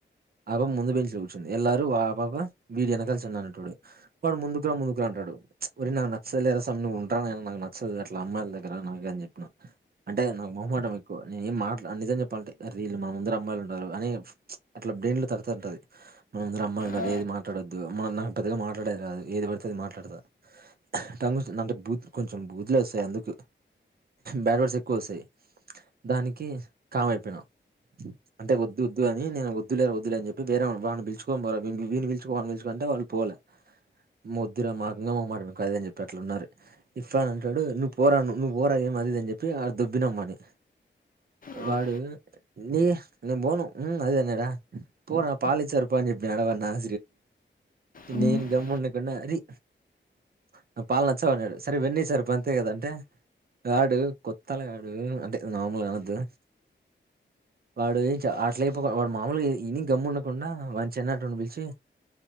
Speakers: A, on the right; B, on the left.
A: ఆపాప ముందు బెంచిల కూర్చుంది ఎల్లరు ఆ పాప వీడి వెనకాల చిన్న అనటడె వాడు ముందుకురా ముందుకురా అంటుండు. ఒరే నాకు నచ్చదులే. రాసా నువ్వుండ్రా నే నాకు నచ్చదు. అట్ల అమ్మాయిల దగ్గర నాకుఅని చెప్పిన అంటే నాకు మొహమ్మాటం ఎక్కువ. నేను ఏం మాటలా నిజేం చెప్పాలంటే వీళ్ళు మన ముందర అమ్మయిలు ఉన్నారు. అని అట్లా బ్రెయిన్ లో తడతంటది. మనముందర అమ్మలున్నారు
B: ఆ,
A: ఏది మాట్లాడొద్దు. నాకు పెద్దగా మాట్లాడేది రాదు ఏది పడితే అది మాట్లాడతా. టంగ్ బూత్ కొంచెం బూత్ల్ ఏ చయ్ అందుకు బ్యాడ్ వర్డ్సెక్కువొస్తాయ్ దానికి కామైపోయ్నం. అంటె వొద్దొద్దు అని నేను వద్దు లే వద్దు లే అన్ జెప్పి వేరే వాన్ని వాన్ని బిల్చుకోన్ బోర వాన్ని వీన్ని బిల్చుకు <unintelligible> కంటె వాళ్ పోల మొద్దుర మాకింగా మొహ్మాటం ఎక్కువ అదిన్ జెప్పినట్లున్నారు ఇఫ్రానంటాడు నువ్ పోర ను నువు పోరా ఏమ్ అదిది అని చెప్పి ఆ దొబ్బినాం వాన్ని
B: ఉమ్,
A: వాన్ మ్ నేన్ పోను ఉ అది ఇది అన్నాడా పోరా పాలు ఇచారు పో అని చెప్పిన
B: ఉమ్,
A: నేను గమ్ ఉండక్ అరి నా పాల నచ్చవ్ అన్నాడు సరే వెన్న ఇ సర పంతే కదాంటే ఆడు కొత్తల్గాడు అంతె నార్మల్గనొద్దు. వాడుయ్ చ అట్లైపోగ వాడ్ మామూల్గ ఇ ఇని గమ్ముండకుండా వాన్ చెన్నాటోన్ని బిల్చి